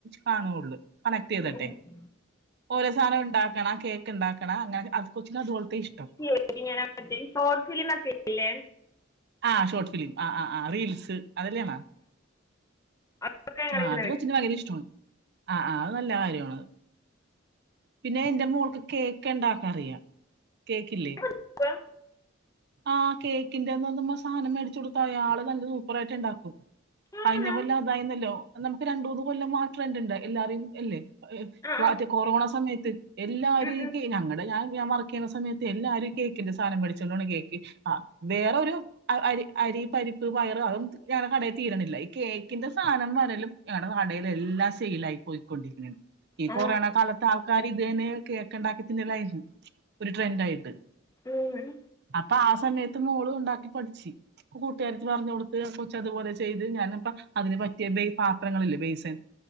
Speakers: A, on the right; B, on the left.
A: കാണുവൊള്ളൂ കണക്ട് ചെയ്തിട്ടെ
B: കാണുമോ
A: ഓരോ സാധനം ഉണ്ടാക്കണം കേക്ക് ണ്ടാക്കണം അങ്ങനെ അത് കൊച്ചിന് അതുപോലത്തെ ഇഷ്ടം
B: ഇടക്ക് ഞാൻ ഒറ്റക്ക് ഷോർട്ട് ഫിലിം ഒക്കെഇടിഇല്ലേ
A: ആ ഷോർട്ട് ഫിലിം ആഹ് ആഹ് ആഹ് റീൽസ് അതെല്ലാണോ
B: അതൊക്കെ ഞങ്ങൾ
A: ആഹ്
B: ഇങ്ങനെ
A: അത് കൊച്ചിന് ഭയര ഇഷ്ടമാണ് ആഹ് ആഹ് അത് നല്ല കാര്യവാ ണത് പിന്നെ എൻ്റെ മോൾക്ക് കേക്ക് ഉണ്ടാക്കാറിയാം കേക്കില്ലേ
B: വെക്കും
A: ആഹ് കേക്കിന്റെ നുമ്മ സാധനം മേടിച്ച് കൊടുത്താമതി ആള് നല്ല സൂപ്പറായിട്ട് ഉണ്ടാക്കും
B: ആണോ
A: കഴിഞ്ഞ കൊല്ലം അതായിരുന്നല്ലോ നമുക്ക് രണ്ട് മൂന്ന് കൊല്ലം ആ ട്രെൻഡ് ഉണ്ട് എല്ലാതിലും ഇല്ലേ
B: ആ ആ
A: മറ്റേ കൊറോണ സമയത്ത് എല്ലാരും
B: ഉം ഉം.
A: ഈ കേ ഞങ്ങളുടെ ഞാൻ ഞാൻ മർക്ക് ക്കെ സമയത്ത് എല്ലാരും ഈ കേക്കിന്റെ സാധനം മേടിച്ചോണ്ട് പോണ് കേക്ക് ആഹ് വേറൊരു അരി അരി പരിപ്പ് പയറ് അതൊന്നും ഞങ്ങടെ കടയിൽ തീരണില്ല ഈ കേക്കിന്റെ സാധനം വരലും ഞങ്ങടെ കടയിൽ എല്ലാം സെയിലായി പൊയിക്കൊണ്ടിരിക്കണത് ഈ
B: ആ
A: കൊറോണ ആൾക്കാര് ഇത് തന്നെ കേക്ക് ണ്ടാക്കി തിന്നലായിരുന്നു ഒരു ട്രെൻന്റായിട്ട്
B: ഊ ഉം
A: അപ്പൊ ആ സമയത്ത് മോളും ഉണ്ടാക്കി പഠിച്ചു കൂട്ടുകാരത്തി പറഞ്ഞുകൊടുത്ത് ആ കൊച്ച് അതുപോലെ ചെയ്ത് ഞാനപ്പം അതിന് പറ്റിയ പാത്രങ്ങളില്ലേ ബേയ്സൻ